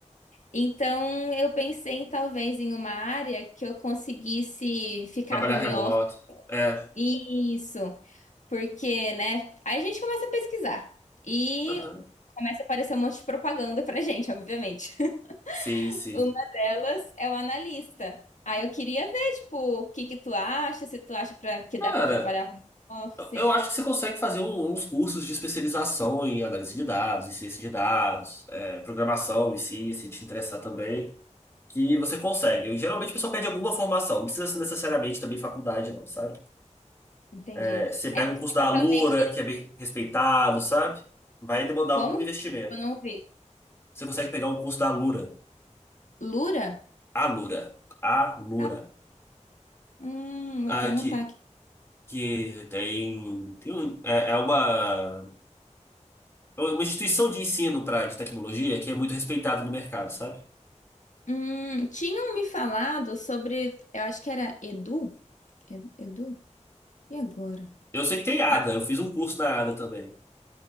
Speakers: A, on the left; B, on the left.
A: Então, eu pensei em talvez em uma área que eu conseguisse ficar
B: Trabalhar
A: home
B: remoto.
A: office.
B: É.
A: Isso, porque, né? Aí a gente começa a pesquisar e
B: Aham.
A: começa a aparecer um monte de propaganda pra gente, obviamente.
B: Sim,
A: <laughs>
B: sim.
A: Uma delas é o analista. Aí eu queria ver, tipo, o que que tu acha, se tu acha pra, que
B: Cara,
A: dá pra trabalhar home office.
B: eu eu acho que você consegue fazer um- uns cursos de especialização em análise de dados, em ciência de dados, é, programação em si, se te interessar também, que você consegue. Eu, geralmente a pessoa pede alguma formação, não precisa ser necessariamente também faculdade, não, sabe?
A: Entendi.
B: É, você pega
A: É, mas
B: um curso da
A: provavelmente.
B: Alura, que é bem respeitado, sabe? Vai demandar
A: Como?
B: algum investimento.
A: Desculpa, eu não vi.
B: Você consegue pegar um curso da Alura.
A: Lura?
B: Alura. Alura.
A: Ah, hum, vou
B: Ah,
A: até anotar
B: que,
A: aqui.
B: que tem, tem um- é, é uma, é uma instituição de ensino pra, de tecnologia que é muito respeitada no mercado, sabe?
A: Hum, tinham me falado sobre, eu acho que era Edu? É- Edu? E agora?
B: Eu sei que tem ADA,
A: Ah,
B: eu fiz um curso na ADA também.